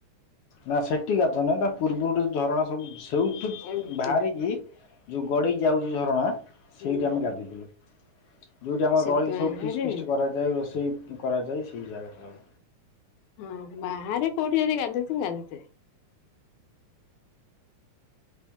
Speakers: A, on the left; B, on the left.
A: ନା ସେଠି ଗାଧୁଆ ନୁହେଁ ତା ପୂର୍ବରୁ ଝରଣା ସବୁ ସେଇଠୁ
B: ଆଜ୍ଞା
A: ବାହାରିକି ଯୋଉ ଗଡିକି ଯାଉଛି ଝରଣା
B: ହୁଁ
A: ସେଇଟି ଆମେ
B: ହୁଁ
A: ଗାଧୋଇଥିଲୁ। ଯୋଉଠି ଆମର
B: ସେ
A: ରହିକି
B: ବାହାରେ
A: ସବୁ ଫିସ୍ ଫିଷ୍ଟ କରାଯାଏ ରୋଷେଇ କରାଯାଏ ସେଇ ଜାଗାଟାରେ।
B: ହଁ ବାହାରେ କୋଉଠି ଯଦି ଗାଧୋଉ ଥିବେ ଗାଧୋଉ ଥିବେ।